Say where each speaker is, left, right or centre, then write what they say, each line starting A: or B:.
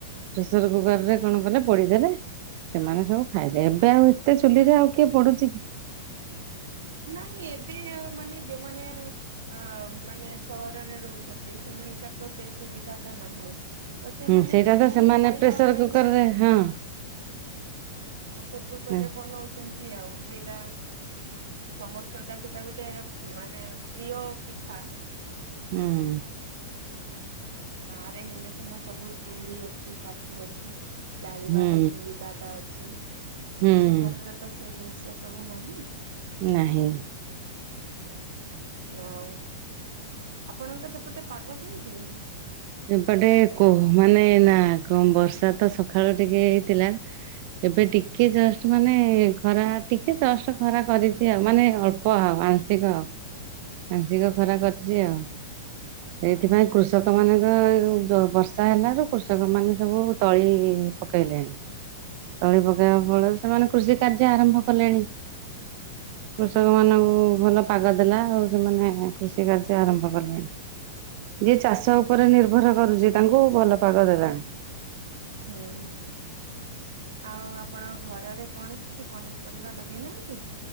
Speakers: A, on the right; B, on the right.
A: ପ୍ରେସର କୁକରରେ କଣ କଲେ ପୋଡିଦେଲେ। ସେମାନେ ସବୁ ଖାଇଲେ ଏବେ ଆଉ ଏତେ ଚୁଲିରେ ଆଉ କିଏ ପୋଡୁଚି କି।
B: ନାଇଁ ଏବେ ମାନେ ଯେଉମାନେ ଅ ମାନେ ସହରରେ ରହୁଛନ୍ତି ସେମା ନେ କାତ ସେ ସୁବିଧାଟା ନାହିଁ। ତ ସେମାନେ
A: ହୁଁ ସେଇଟା
B: ସବୁ
A: ତ ସେମାନେ
B: ଖାଇବା
A: ପ୍ରେସର
B: ପାଇଁ।
A: କୁକରରେ ହଁ
B: ପ୍ରେସର କୁକରରେ
A: ହୁଁ
B: ବନଉଚ ନ୍ତି ଆଉ ଯେଟା ସମସ୍ତଙ୍କ ସେଟା ଗୋଟେ ମାନେ ପ୍ରିୟ ପିଠା। ଆଁ।
A: ଉଁ।
B: ଗାଁରେ ହେଲେ ସିନା ସବୁ ଚୁଲି ଅଛି, କାଠ ଅଛି। ଜାଳିବାର
A: ହୁଁ
B: ସୁବିଧାଟା ଅଛି କିନ୍ତୁ
A: ହୁଁ।
B: ସହରରେ ତ ସେ ଜିନଷ ସବୁ ନାହିଁ।
A: ନାହିଁ।
B: ଆଉ ଆପଣଙ୍କ ସେପଟେ ପାଗ କେମତି?
A: ଏପଟେ କୋ ମାନେ ନା କ ବର୍ଷା ତ ସଖାଳୁ ଟିକେ ହେଇଥିଲା। ଏବେ ଟିକେ ଜଷ୍ଟ ମାନେ ଖରା ଟିକେ ଜଷ୍ଟ ଖରା କରିଛି ଆଉ ମାନେ ଅଳ୍ପ ଆଉ ଆଂଶିକ ଆଉ। ଆଂଶିକ
B: ହୁଁ
A: ଖରା କରିଚି ଆଉ। ସେଇଥିପାଇଁ କୃଷକ ମାନଙ୍କ ଯ ବର୍ଷା ହେଲାରୁ କୃଷକ ମାନେ ସବୁ ତଳି ପକେଲେଣି। ତଳି ପକେଇବା
B: ହୁଁ
A: ଫଳରେ ସେମାନେ କୃଷି କାର୍ଯ୍ୟ ଆରମ୍ଭ କଲେଣି। କୃଷକ
B: ହଁ
A: ମାନଙ୍କୁ ଭଲ ପାଗ ଦେଲା ଆଉ। ସେମାନେ କୃଷି କାର୍ଯ୍ୟ ଆରମ୍ଭ କଲେଣି ଯିଏ ଚାଷ
B: ହୁଁ
A: ଉପରେ ନିର୍ଭର କରୁଚି। ତାଙ୍କୁ ଭଲ ପାଗ ଦେଲାଣି।
B: ହୁଁ ଉଁ। ଆଉ ଆପଣ ଘରରେ କଣ କିଛି ପନିର ପରିବା ଲଗେଇ ନାହାଁନ୍ତି?